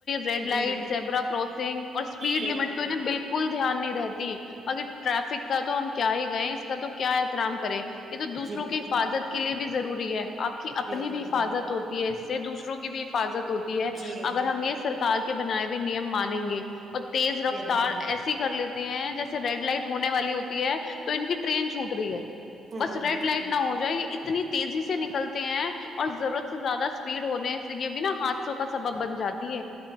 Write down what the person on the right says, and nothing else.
جی
بالکل
بالکل
جی
بالکل
بالکل
جی
بالکل
ہوں